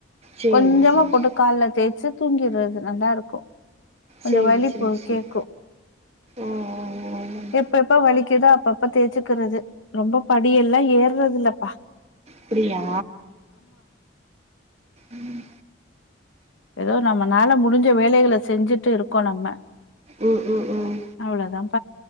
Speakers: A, on the right; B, on the left.
A: சேரி
B: கொஞ்சமா
A: சேரி
B: போட்டு கால்ல தேச்சு தூங்கிர்றது நல்லாருக்கூ கொஞ்ச
A: சேரி
B: வலி
A: சேரி
B: போ
A: சேரி
B: கேக்கூ
A: ம் ம் ம் ம்
B: எப்பப்ப வ் வலிக்குதோ அப்பப்ப தேச்சுக்குறது ரொம்ப படியெல்லா ஏர்றதில்லப்பா
A: அப்டியா உம்
B: எதோ நம்மனால முடுஞ்ச வேலைகள செஞ்சுட்டு இருக்கோ நம்ம
A: உம் உம் உம்
B: அவ்ளோதான்ப்பா